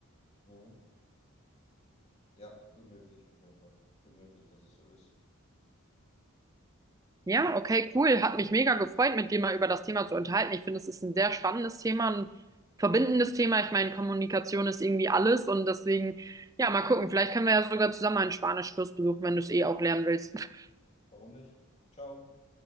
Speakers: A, on the left; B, on the right.
A: Mhm. Ja, gut möglich, auf jeden Fall. Gut möglich, dass es so ist.
B: Ja, okay, cool. Hat mich mega gefreut, mit dir mal über das Thema zu unterhalten. Ich finde, es ist ein sehr spannendes Thema, ein verbindendes Thema. Ich meine, Kommunikation ist irgendwie alles und deswegen, ja, mal gucken. Vielleicht können wir ja sogar zusammen einen Spanischkurs besuchen, wenn du es eh auch lernen willst. <laughs>
A: Warum nicht? Ciao.